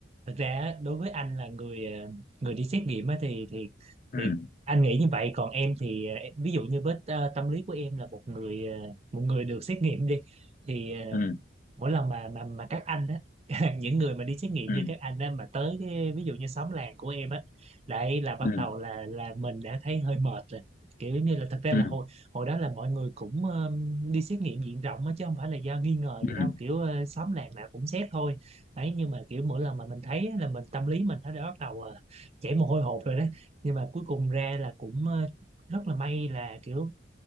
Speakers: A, on the right; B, on the left.
A: thật ra á, đối với anh là người ờ, người đi xét nghiệm á thì thì
B: ừ
A: thì anh nghĩ như vậy còn em thì ờ, ví dụ như với ờ, tâm lý của em là một người ờ, một người được xét nghiệm đi thì ờ,
B: ừ
A: mỗi lần mà mà mà các anh á <laughs> những người mà đi xét nghiệm
B: ừ
A: như các anh á mà tới cái, ví dụ như xóm làng của em á đấy là bắt
B: ừ
A: đầu là là mình đã thấy hơi mệt rồi kiểu như là thật ra
B: ừ
A: là hồi hồi đó là mọi người cũng ừm, đi xét nghiệm diện rộng á chứ không phải là do nghi ngờ gì
B: ừ
A: đâu kiểu ờ, xóm làng nào cũng xét thôi đấy nhưng mà kiểu mỗi lần mà mình thấy á, là mình tâm lý mình nó đã bắt đầu ờ, chảy mồ hôi hột rồi đó nhưng mà cuối cùng ra là cũng ờ, rất là may là kiểu